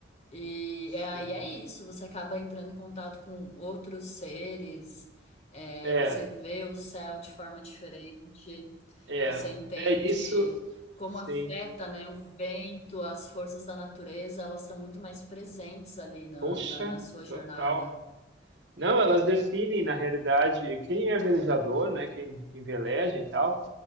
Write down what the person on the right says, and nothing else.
sim.
É,
é,
é isso,
sim.
Poxa,
total. Não, elas definem, na realidade, quem é velejador, né? Quem, quem veleja e tal.